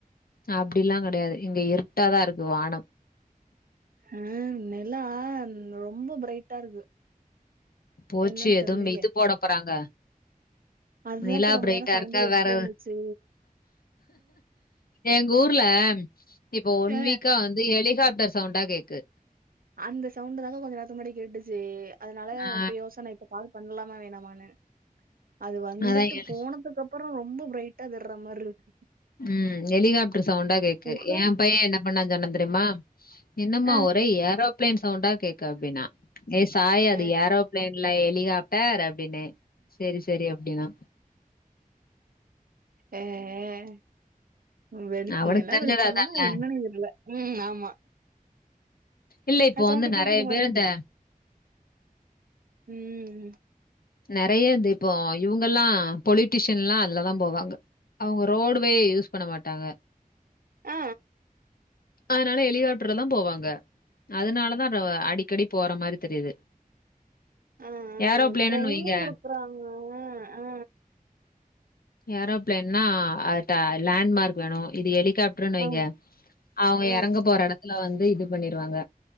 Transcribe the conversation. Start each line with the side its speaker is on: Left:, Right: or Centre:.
Left: அப்டி எல்லா கிடையாது இங்க இருட்டாதா இருக்கு வானம்
Right: ஆஹன் நிலா ரொம்ப பிரைட்டா இருக்கு
Left: போச்சு
Right: என்னன்னு
Left: எதும்
Right: தெர்லயே
Left: இது போட போறாங்க
Right: அதுதாக்கா
Left: நிலா
Right: ரொம்ப
Left: பிரைட்டா
Right: நேரோ சவுண்டு
Left: இருக்கா
Right: கேட்டுட்டே
Left: வேற
Right: இருந்துச்சு
Left: எங்க ஊர்ல இப்போ ஒன்
Right: ஆ
Left: வீக்கா வந்து ஹெலிகாப்டர் சவுண்டா கேக்கு
Right: அந்த சவுண்டு தாக்கா கொஞ்ச நேரத்துக்கு முன்னாடி கேட்டுச்சு அதனால
Left: ஆ.
Right: எனக்கு யோசன இப்ப கால் பண்லாமா வேணாமான்னு அது வந்துட்டு
Left: அதான் ஹெலி
Right: போனதுக்கப் பறோ ரொம்ப பிரைட்டா தெர்ற மார் இருக்
Left: ம் எலிகாப்டர் சவுண்டா கேக்கு
Right: புக
Left: எ பைய என்ன பண்ணான் சொன்ன தெர்மா என்னம்மா
Right: ஆ
Left: ஒரே ஏரோபிளைன் சவுண்டா கேக்கு அப்டின்னா ஏ சாய்
Right: ஆ
Left: அது ஏரோ பிளைன்ல எலிகாஃப்டர் அப்படினே சரி சரி அப்டின்னா
Right: ஆஹான் வெளு
Left: அவனுக்கு
Right: நிலா
Left: தெரிஞ்சது
Right: வெளிச்சமா
Left: அதானே.
Right: என்னன் தெர்ல ம் ஆமா
Left: இல்ல இப்போ
Right: சவுண்டு
Left: வந்து நெறைய
Right: கேக்குது மறுபடியு
Left: பேர் இந்த
Right: ம்
Left: நெறைய இது இப்போ இவங்களா பொலிட்டிஷின்ல்லா அதுலதா போவாங்க அவங்க ரோடுவே யூஸ் பண்ண மாட்டாங்க
Right: ஆ
Left: அதனால எளிக்காப்டர்லதா போவாங்க அதனாலதா அப்றோ அடிக்கடி போற மாரி தெரியுது
Right: ஆ
Left: ஏரோபிளேன்னுன்னு
Right: ஆ ட்ரைனிங்
Left: வைங்க.
Right: குடுக்குறாங்க ஆ
Left: ஏரோபிளைன்னா அத்தா லேண்மார்க் வேணு இது எலி காற்றோன் வைங்க
Right: ஆ
Left: அவங்க
Right: ஆ
Left: இறங்க போற இடத்துல வந்து இது பண்ணிருவாங்க